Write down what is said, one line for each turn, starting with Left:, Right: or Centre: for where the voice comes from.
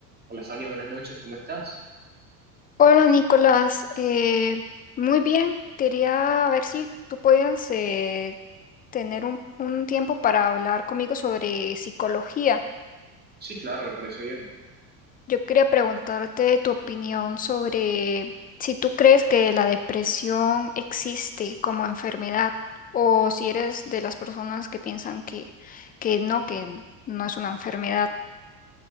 Right: Hola Fanny, buenas noches, ¿cómo estás?
Left: Hola Nicolás, Eh, muy bien, quería ver si tú podías eh, tener un, un tiempo para hablar conmigo sobre psicología.
Right: Sí, claro, me parece bien.
Left: Yo quería preguntarte tu opinión sobre si tú crees que la depresión existe como enfermedad o si eres de las personas que piensan que, que no, que no es una enfermedad.